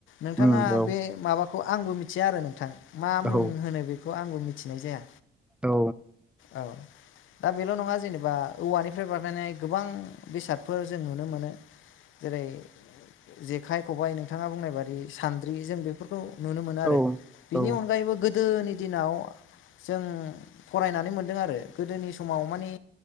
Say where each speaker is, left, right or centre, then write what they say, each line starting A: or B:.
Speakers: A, on the left; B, in the centre.
A: नोंथाङा
B: उम औ
A: बे माबा खौ आंबो मिथिया आरो नोंथां मा
B: औ
A: मुं होनो बेखौ आंबो मिथिनाय जाया।
B: औ।
A: औ दा बेल' नङा जेनेबा औवानिफ्राय बानायनाय गोबां बेसादफोर जों नुनो मोनो। जेरै जेखाइ, खबाइ नोंथाङा बुंनाय बादि सान्द्रि जों बेफोरखौ। नुनो मोनो आरो
B: औ
A: बिनि
B: औ
A: अनगायैबो गोदोनि दिनाव जों फरायनानै मोनदों आरो गोदोनि समाव मानि